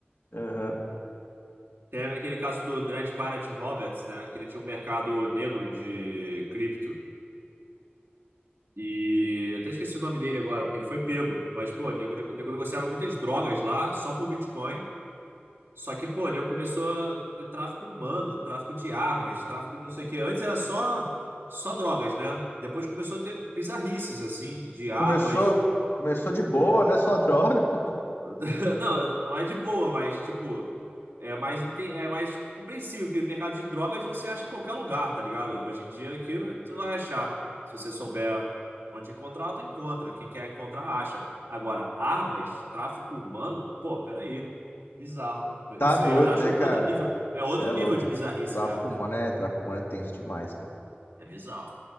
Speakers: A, on the left; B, on the right.
A: Aham.
B: Teve aquele caso do Dread Pirate Roberts, né? Que ele tinha um mercado negro de cripto. E eu até esqueci o nome dele agora, porque ele foi pego. Mas, pô, o nego, nego, nego negociava muitas drogas lá, só por Bitcoin. Só que, pô, nego começou a ter tráfico humano, tráfico de armas, tráfico de não sei o quê. Antes era só só drogas, né? Depois começou a ter bizarrices, assim, de armas,
A: Começou, começou de boa, né? Só droga. <laughs>
B: <laughs> Não, não é de boa, mas, tipo, é mais, ente- é mais compreensível que o mercado de drogas você acha em qualquer lugar, tá ligado? Hoje em dia aqui tu vai achar. Se você souber onde encontrar, tu encontra. Quem quer encontrar, acha. Agora, armas, tráfico humano, pô, peraí. Bizarro.
A: Tá
B: Isso
A: doido,
B: aí eu já acho
A: né, cara?
B: outro nível. É
A: Você
B: outro
A: é
B: nível
A: louco.
B: de bizarrice
A: Tráfico
B: já.
A: humano é, tráfico humano é tenso demais, cara.
B: É bizarro.